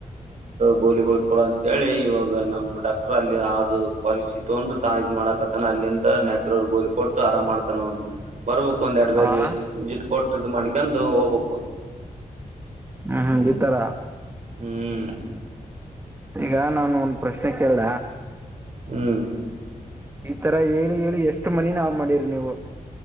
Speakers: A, on the right; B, on the right.
A: ಗೋಲಿಗಳುಳ್ಕಡ ಅಂತ ಹೇಳಿ ಇವಾಗ ನಮ್ಮ್ ಡಾಕ್ಟರ್ ಅಲ್ಲಿ ಅದು ಪಾಲಿಸಿ ತೊಂದ್ರೆಾ ಇದು ಮಾಡಕ ಅಲ್ಲಿಂದ ನೆ ಕೊಟ್ಟು ಆರಾಮ್ ಮಾಡ್ತಾನ ಬರ್ಬೇಕು ಒಂದ ಎರಡ್ ಬೇರೆ
B: ಹಾ
A: ಇಿಟ್ ಕೊಟ್ಟ ಮಾಡ್ಕೊಂಡ ಹ ಹಪ
B: ಹ್ಮ್ ಹ್ಮ ಈ ತರ
A: ಹ್ಮ್
B: ಈಗ ನಾನು ಒಂದ ಪ್ರಶ್ನೆ ಕೇಳ
A: ಹ್ಮ್
B: ಈತರ ಹೇಳಿ ಹೇಳಿ ಎಷ್ಟು ಮನಿ ನಾವ್ ಮಾಡಿರಿ ನೀವು